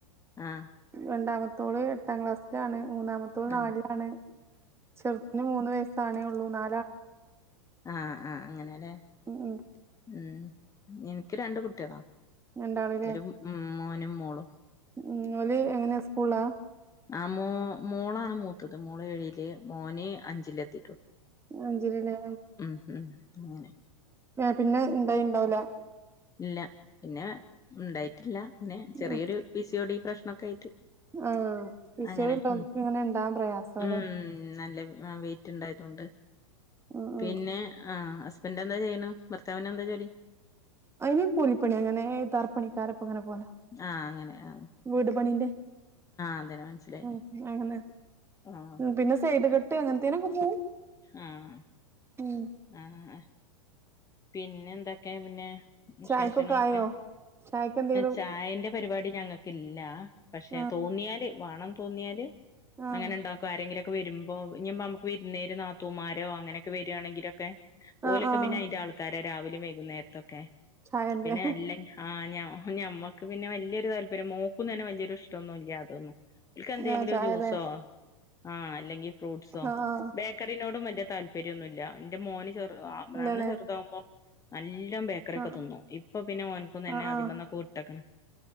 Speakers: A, on the left; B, on the right.
A: ആഹ്
B: രണ്ടാമത്തോള് എട്ടാം ക്ലാസ്സിലാണ് മൂന്നാ മൂന്നാമത്തോള്
A: ആ
B: നാലിലാണ്. ചെർതിന് മൂന്ന് വയസ്സാണേ ഒള്ളൂ നാ
A: ആഹ് ആഹ് ആഹ് ആഹ് അങ്ങനെല്ലേ
B: ഉം ഉം
A: ഉം ഇൻക് രണ്ട് കുട്ട്യാള
B: രണ്ടാളില്ലേ
A: ഒരു ഉം മോനും മോളും
B: ഉം ഓല് എങ്ങനെ സ്കൂളാ
A: ആഹ് മോ മോളാണ് മൂത്തത് മോള് ഏഴില് മോന് അഞ്ചിലെത്തീട്ടൊ
B: അഞ്ചിലല്ലേ
A: ഉം ഉം അങ്ങനെ
B: പിന്നെ ഇണ്ടായി ഇണ്ടാവൂല
A: ഇല്ല പിന്നെ ഇണ്ടായിട്ടില്ല പിന്നെ
B: ഉം
A: ചെറിയൊരു പി സി ഓ ഡി പ്രശ്നൊക്കെയിട്ട്
B: ആഹ് പിസിയോടി
A: അങ്ങനെ
B: ഉള്ളോർക്ക്
A: ഉം
B: ഇങ്ങനെ ഇണ്ടാവാൻ പ്രയാസാല്ലേ
A: ഉമ്മ് നല്ല ആഹ് വെയിറ്റ്ണ്ടായതോണ്ട്
B: ഉം
A: പിന്നെ
B: ഉം
A: ആഹ് ഹസ്ബൻഡ് എന്താ ചെയ്യ്ണു. ഭർത്താവിന് എന്താ ജോലി
B: അയിന് കൂലിപ്പണി അങ്ങനെ തർപ്പണിക്കാരപ്പംങ്ങനെ പോല
A: ആഹ് അങ്ങനെ ആഹ്
B: വീട് പണിന്റെ
A: അതന്നെ മനസ്സിലായി
B: ഉം അങ്ങനെ
A: ആഹ്
B: പിന്നെ സ് സൈഡ് കെട്ട് അങ്ങനത്തീനൊക്കെ പോവും
A: ആഹ്
B: ഉം
A: ആഹ് പിന്നെ എന്താ ക്കെ പിന്നെ വിശേഷങ്ങളൊക്കെ
B: ചായക്കൊക്കെ ആയോ ചായക്ക് എന്തേലും
A: ചായന്റെ പരിപാടി ഞങ്ങ ക്ക് ഇല്ല പക്ഷെ
B: ആഹ്
A: തോന്നിയാല് വാണം തോന്നിയാല്
B: ആഹ്
A: അങ്ങനെ ഉണ്ടാക്ക ആരെങ്കിലും ഒക്കെ വരുമ്പോ ഇഞ്പ്പോ നമുക്ക് വിരുന്നേര് നാത്തൂമാരോ അങ്ങനെയൊക്കെ വരാണെങ്കിലൊക്കെ ഓലൊക്കെ
B: ആഹ് ആഹ്
A: പിന്നെ അയിന്റെ ആൾക്കാരെ രാവിലെ വൈകുന്നേരത്തൊക്കെ
B: ചായന്റെ
A: പിന്നെ അല്ലെ ആഞ ഞമ്മക്ക് പിന്നെ വല്യയൊരു താല്പര്യം മോക്കും തന്നെ വല്യയൊരു ഇഷ്ടന്നും ഇല്ല അതൊന്നും ഇക്ക് എന്തെങ്കിലും
B: ആഹ് ചായല്ലേ
A: ജ്യൂസോ ആഹ് അല്ലെങ്കിൽ ഫ്രൂട്ട്സോ
B: ആഹ് ആഹ്
A: ബേക്കറിനോടും വല്യയ താല്പര്യന്നുല്ല എന്റെ മോന് ചെറു
B: ഇല്ലല്ലേ
A: നന്നാ ചെറുതാവുമ്പോ നല്ല ക്കറി ക്കെ
B: ആഹ്
A: ഒക്കെ തിന്നും ഇപ്പൊ പിന്നെ ഓന്ക്കും തന്നെ
B: ആഹ്
A: ആദീമന്നൊക്കെ
B: ആഹ്
A: വിട്ടക്കണ്